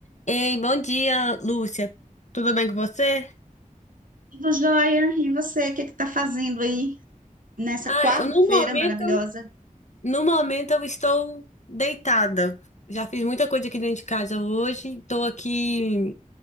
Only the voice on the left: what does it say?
Ei, bom dia, Lúcia. Tudo bem com você?
Ah,
eu- no momento,
no momento eu estou deitada. Já fiz muita coisa aqui dentro de casa hoje. Estou aqui